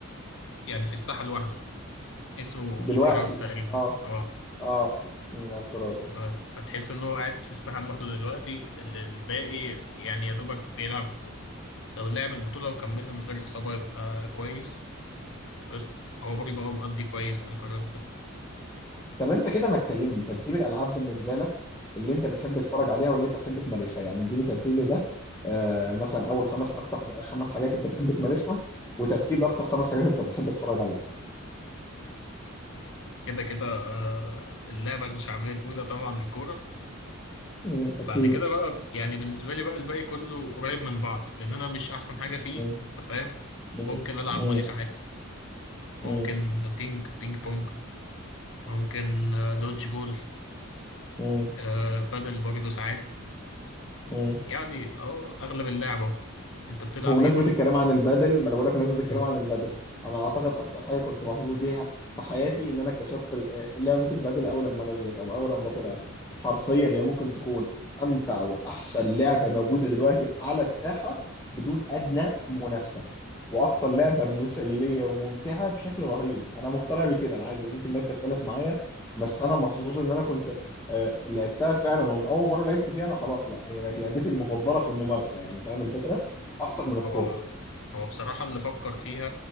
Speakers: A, on the left; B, on the left.
A: يعني في الساحه لوحده اسمه
B: دلوقتي
A: الكراس تقريبا
B: اه
A: اه
B: اه مم، الكرازه
A: آه، فتحس ان هو قاعد في الساحه لوحده دلوقتي ال- الباقي يعني يا دوبك بيلعب لو لعب البطوله وكملها من غير اصابه يبقى كويس بس هو برضه هو مقضي كويس الكراس ده
B: طب انت كده ما تكلمني ترتيب الالعاب بالنسبه لك اللي انت بتحب تتفرج عليها واللي انت تحب تمارسها يعني اديني ترتيب لده آه مثلا اول خمس اكتر خمس حاجات انت بتحب تمارسها وترتيب لاكتر خمس حاجات انت بتحب تتفرج عليها
A: كده كده آه، اللعبه الشعبيه الاولى طبعا الكوره
B: مم، اكيد
A: بعد كده بقى يعني بالنسبه لي بقى الباقي كله قريب من بعض لان انا مش احسن حاجه فيه
B: مم،
A: فاهم
B: مم،
A: ممكن العب
B: مم،
A: فولي ساعات ممكن
B: مم،
A: بينج بينج بونج ممكن آه، دوج بول
B: مم،
A: آه، بادل برضه ساعات
B: مم.
A: يعني أو أغلب اللعب أهو أنت بتلعب
B: بمناسبة
A: إيه بقى؟
B: الكلام عن البادل ما انا بقول لك بمناسبة الكلام
A: مم.
B: عن البادل انا اعتقد اكتر حاجة كنت محظوظ بيها في حياتي ان انا اكتشفت ال- لعبة البادل اول لما نزلت او اول لما طلعت حرفيا هي ممكن تكون امتع واحسن لعبة موجودة دلوقتي على الساحة بدون ادنى منافسة واكتر لعبة مسلية وممتعة بشكل رهيب انا مقتنع بكده انا عادي ممكن الناس تختلف معايا بس انا محظوظ ان انا كنت آه، لعبتها فعلا ومن اول مرة لعبت فيها انا خلاص لا هي بقت لعبتي المفضلة في الممارسة يعني فاهم الفكرة اخطر من الكوره
A: هو هو بصراحة اللي فكر فيها